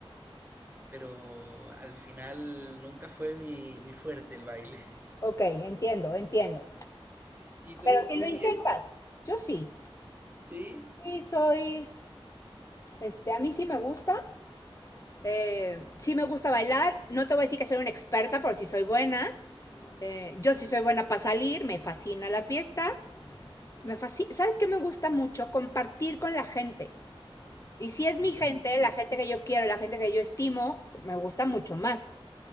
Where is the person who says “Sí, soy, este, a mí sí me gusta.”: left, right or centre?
Left